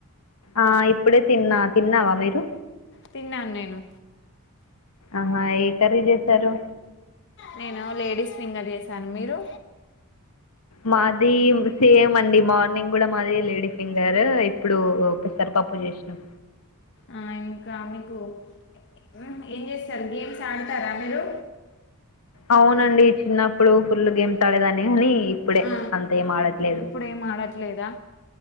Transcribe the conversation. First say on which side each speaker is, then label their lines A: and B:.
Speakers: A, on the left; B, on the left.
A: ఆ ఇప్పుడే తిన్నా తిన్నావా మీరు
B: తిన్నాన్ నేను
A: అహా ఏ కర్రీ చేస్ సరు
B: నేనూ లేడీస్ ఫింగర్ చేశాను మీరు
A: మాదీ సేమ్ అండి మార్నింగ్ గుడా మాది లేడీ ఫింగరూ ఇప్పుడూ ఒక్కసారి పప్పు చేశ్నం
B: ఆ ఇంకా మీకు ఊ ఏం చేస్ సరే గేమ్స్ ఆడతారా మీరు
A: అవునండి చిన్నప్పుడు ఫుల్లు గేమ్స్ ఆడేదాన్ని అనీ ఇప్పుడే
B: ఆ
A: అంతేం ఆడట్లేదు
B: ఇప్పుడు ఏం ఆడట్లేదా